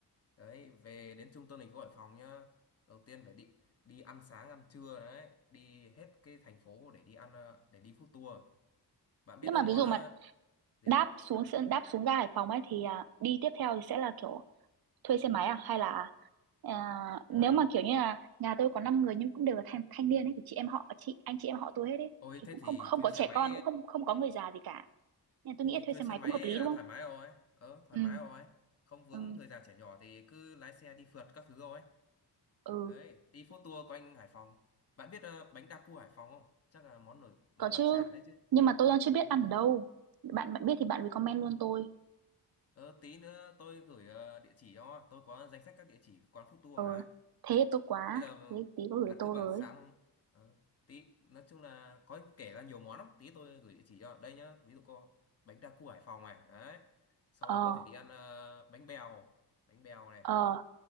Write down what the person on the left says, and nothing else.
đấy về đến trung tâm thành phố Hải Phòng nhá đầu tiên phải đi đi ăn sáng ăn trưa đấy đi hết cái thành phố để đi ăn ờ, để đi food tour bạn
biết cái
món
ờ,
gì
bạn
ừ.
ôi
thế
thì
thuê
xe
máy
thế
thì
thuê
xe
máy
là
thoải mái rồi ờ thoải
mái rồi không vướng
người già trẻ nhỏ thì cứ lái xe đi phượt các thứ rồi
đấy đi food tour quanh Hải Phòng bạn biết ờ, bánh đa cua Hải Phòng không chắc là món nổi món
đặc sản đấy chứ
Ừ.
Ờ, tí nữa tôi gửi ờ, địa chỉ cho tôi có danh sách các địa chỉ quán food tour
mà
bây giờ
bạn
cứ bảo
sáng ờ, tí nói chung là có kể ra nhiều món lắm tí tôi gửi địa chỉ cho đây nhá ví dụ có bánh đa cua Hải Phòng này đấy xong
rồi có thể đi ăn ờ, bánh bèo bánh bèo này